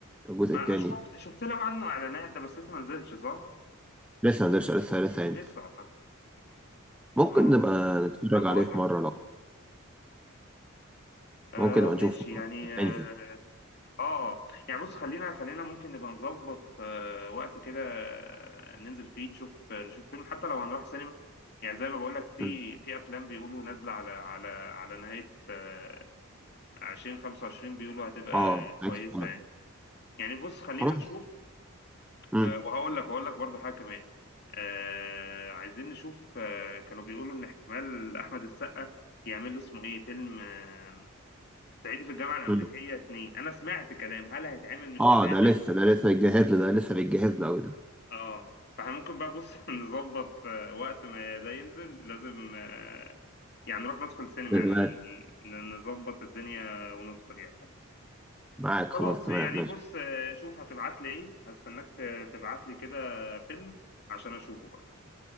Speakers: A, in the centre; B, on the left (about 50°).
A: الجزء
B: ما
A: التاني
B: شفت شفت له عنه اعلانات ده بس لسه ما نزلش صح؟
A: لسه ما نزلش لسه لسه يعني
B: لسه اعتقد
A: ممكن
B: اه
A: نبقى نتفرج
B: ما بقول
A: عليه في
B: لك
A: مرة لو
B: آه
A: ممكن نبقى
B: ماشي
A: نشوف
B: يعني اه
A: ننزل
B: آه. يعني بص خلينا خلينا ممكن نبقى نظبط آه وقت كده آه، ننزل فيه نشوف نشوف فيلم حتى لو هنروح سينما يعني زي ما بقول لك في
A: أمم.
B: في افلام بيقولوا نازله على على على نهايه آه 2025 بيقولوا هتبقى
A: اه عادي.
B: كويسه
A: تمام.
B: يعني يعني بص خلينا
A: خلاص
B: نشوف
A: امم
B: آه، وهقول لك وهقول لك برضه حاجه كمان آه عايزين نشوف آه كانوا بيقولوا ان احتمال احمد السقا يعمل له اسمه ايه فيلم آه صعيدي في الجامعه الامريكيه
A: أمم.
B: اتنين انا سمعت كلام هل هيتعمل مش
A: اه
B: هيتعمل
A: ده لسه ده لسه بيتجهز له ده لسه بيتجهز له قوي
B: اه فاحنا ممكن بقى بص <laughs> نظبط آه وقت ما ده ينزل لازم آه يعني نروح ندخل سينما
A: ده
B: يعني ن- ن- نظبط الدنيا وندخل يعني
A: معاك
B: خلاص
A: خلاص تمام
B: يعني
A: ماشي
B: بص آه، شوف هتبعت لي ايه هستناك ت- تبعت لي كده فيلم عشان اشوفه بقى